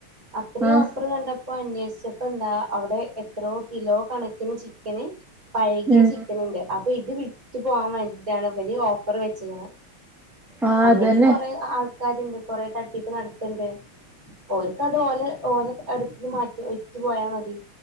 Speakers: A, on the right; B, in the centre.
A: അത്രയും
B: ആഹ്
A: ഓഫർ കണ്ടപ്പോ <unintelligible> ചിപ്പ എന്താ അവിടെ എത്രോ കിലോ കണക്കിന് <unintelligible> പഴകിയ
B: ഉം
A: ചിക്കൻ ഉണ്ട് അപ്പൊ ഇത് വിറ്റ് പോവാൻ വേണ്ടിട്ടാണ് ഇവര് ഓഫ് കറി വെച്ച്ക്ക്ണ്
B: ആഹ്
A: അങ്ങനിം
B: അതന്നെ
A: കൊറെ ആൾ കരണ്ട് കുറെ തട്ടി നടത്തണ്ടേ ഓൽക്ക് അത് ഓലെ ഓല് അടുന്ന് മാറ്റി വിറ്റു പോയാൽ മതി